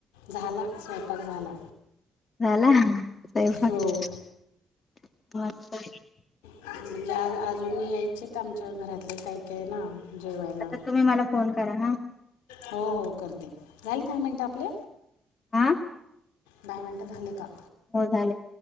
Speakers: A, on the left; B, on the left.
A: झाला स्वयंपाक झाला.
B: झाला, स्वयंपाक.
A: हो
B: <unintelligible>
A: म्हणजे आं अजून यायचेत आमच्या घरातले काय काय ना. जेवायला.
B: आता तुम्ही मला फोन करा हा
A: हो हो करते झाले दहा मिनटं आपले?
B: हं
A: दहा मिनटं झाले का?
B: हो झाले.